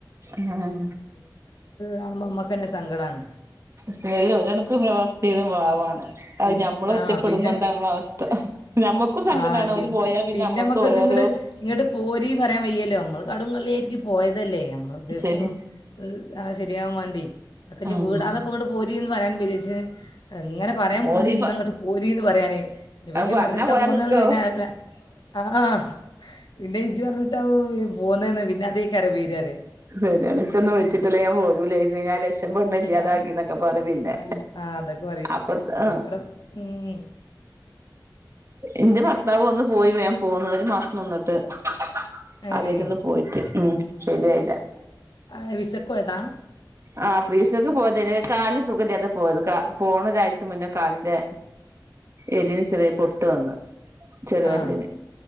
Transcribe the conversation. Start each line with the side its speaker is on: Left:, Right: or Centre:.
Right: ആഹ
Left: കാണുമ്പോ അമ്മക്കന്നെ സങ്കടമാണ്
Right: സ്മേല് ഒരണക്ക് പ്രവാസ ജീവിതം പാവാണ്
Left: ആ
Right: അത്
Left: പി
Right: ഞമ്മള്
Left: ആ
Right: ഒറ്റപ്പെടുമ്പോ
Left: പിന്നെ
Right: എന്താ നമ്മള അവസ്ഥ ഞമ്മക്കും സങ്കടാണ്
Left: ആ
Right: അവര്
Left: പിന്ന
Right: പോയാ
Left: പിന്നെ
Right: നമ്മൾക്കും
Left: നമ്മുക്കത്
Right: ഓരോരോ
Left: ഇങ്ങോട്ട് ഇങ്ങോട്ട് പോരി പറയാൻ വയ്യല്ലോ നമ്മൾ കടും കള്ളിയായിരിക്കും പോയതല്ലേ നമ്മൾ ഉദ്ദേശം
Right: ശരി
Left: ആ ശരിയാൻ വേണ്ടി അതൊക്കെ
Right: ആഹ്
Left: വീടാതെപ്പോ ഇങ്ങട്ട് പോരി വരാൻ ബജേജ അതങ്ങനെ പറയാ പൂതിണ്ട്
Right: ഓര്
Left: ന്നഅങ്ങോ് പോരീ പറയാനേ ഇപ്പജ്
Right: അത് പറഞ്ഞാ
Left: പറഞ്ഞിട്ടാ
Right: പോയാ
Left: പോന്നെന്ന്
Right: നിക്കാവും
Left: പിന്നെ <unintelligible> ആ പിന്നെ ഇജ് പറഞ്ഞിട്ടാവും പോന്നെ പിന്നെ അതേയിക്കാരം വീരറിയാ
Right: ശരിയാണ് ഇച്ചൊന്ന് വിളിച്ചിട്ടില്ലേ ഞാൻ പോരൂലായിര്ന്ന് ഞാൻ രക്ഷ ക്ഷപെട്ണേ ഇല്ലാതാക്കിന്നൊക്കെ
Left: ആഹ്
Right: പറിം പിന്നെ
Left: ആ ഇല്ല. ആ, അതൊക്കെ പറയും
Right: അപ്പം എത്താ
Left: ഇപ്പടെ ഉം
Right: ഇന്റെ ഭർത്താവ് ഒന്ന്പോയി വേം പോന്ന് ഒരു മാസം നിന്ന്ട്ട് <unintelligible>
Left: ഏഹ്
Right: ആദ്യായിട്ട് ഒന്ന് പോയിട്ട് ഉം ശരിയായില
Left: ഏ വിസക്ക് പോയ്താ
Right: ആ ഫ്രീ വിസക്ക് പോയതെയിനി കാൽൻ സുഖയില്ലാതെ പോയത് കാ പോണ ഒരാഴ്ച മുന്നേ കാലിന്റെ എല്ലിന് ചെറിയ പൊട്ട് വന്ന് ചെർ വെര്ലിൻ
Left: ആഹ്